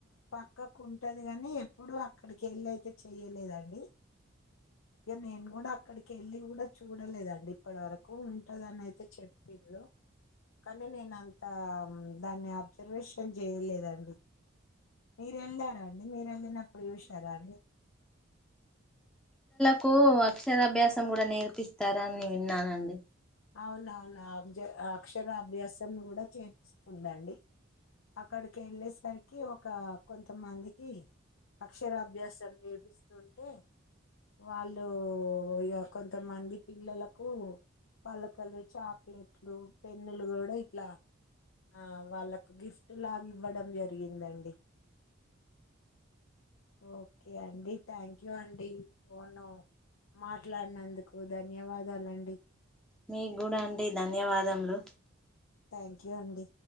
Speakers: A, on the left (about 85°); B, in the centre.
A: పక్కకుంటది గానీ ఎప్పుడు అక్కడి కెళ్ళి అయితే చెయ్యలేదండి ఇక నేను కూడ అక్కడికి వెళ్ళి కూడా చూడలేదండి ఇప్పటి వరకు ఉంటదని అయితే చెప్పింది హలో కానీ నేనంత దాన్ని అబ్జర్వేషన్ చేయలేదండి మీరు వెళ్ళారా అండి మీరు వెళ్ళినప్పుడు చూసార అండి
B: కో అక్షరాభ్యాసం కూడ నేర్పిస్తార అని విన్నానండి
A: అవునవును అ అక్షరాభ్యాసం కూడ చేపిస్తుండండి అక్కడి కెళ్ళేసరికి ఒక కొంతమందికి అక్షర అభ్యాసం చేపిస్తుంటే వాళ్ళు ఇగ కొంతమంది పిల్లలకు పలకలు చాక్లెట్లు పెన్నులు కూడ ఇట్లా ఆ వాళ్ళకు గిఫ్ట్ లాగ ఇవ్వడం జరిగిందండి ఓకే అండి థ్యాంక్ యూ అండి ఫోను మాట్లాడినందుకు ధన్యవాదాలండి
B: మీక్ గూడా అండి ధన్యవాదములు
A: థ్యాంక్ యూ అండి